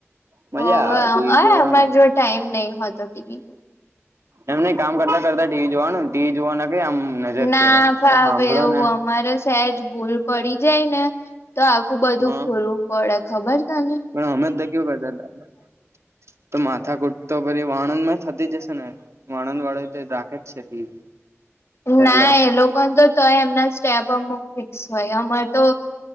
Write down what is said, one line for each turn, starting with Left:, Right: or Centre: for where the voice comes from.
Right: મજા
Left: ઓ
Right: આવે
Left: અમારે
Right: ટીવી જોવાનું
Left: જો ટાઈમ નહી હોતો ટીવી.
Right: એમ નહી કામ કરતા કરતા ટીવી જોવાનું ટીવી જોવા ના ક આમ. નજર
Left: ના
Right: ફેરવાની
Left: ફાવે
Right: તમે હાંભળો
Left: એવું
Right: ને
Left: અમારે સહેજ ભૂલ પડી જાય ને તો આખું બધું
Right: હા
Left: ખોલવું પડે ખબર છે ને.
Right: પણ અમે તો કેવ કરતા હતા તો માથા કૂટ તો પી વાણંદ માં થતી જશે ને. વાણંદ વાળો તો રાખે જ છે ટીવી. એટલે
Left: ના એ લોકો તો તોય એમના સ્ટેપ અમુક ફિક્સ હોય અમાર તો